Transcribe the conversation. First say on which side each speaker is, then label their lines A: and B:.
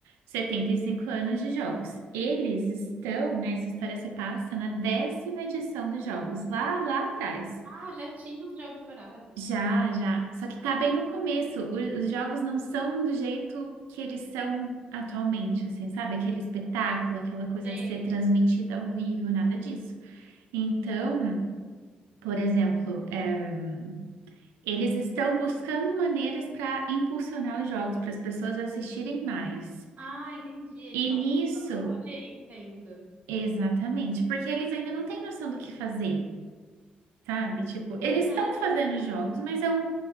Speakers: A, on the right; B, on the right.
A: 75 anos de jogos. Eles estão, né? Essa história se passa na décima edição dos jogos, lá, lá atrás.
B: Ah, já tinha os Jogos Vorazes.
A: Já, já. Só que tá bem no começo. O- Os jogos não são do jeito que eles são atualmente, assim, sabe? Aquele espetáculo, aquela coisa
B: Sei.
A: de ser transmitida ao vivo, nada disso. Então. Por exemplo, eh, eles estão buscando maneiras para impulsionar os jogos, para as pessoas assistirem mais.
B: Ah, entendi. Eles
A: E
B: estão
A: nisso,
B: buscando essa audiência ainda.
A: exatamente, porque eles ainda não têm noção do que fazer, sabe? Tipo, eles estão
B: É.
A: fazendo jogos, mas é um,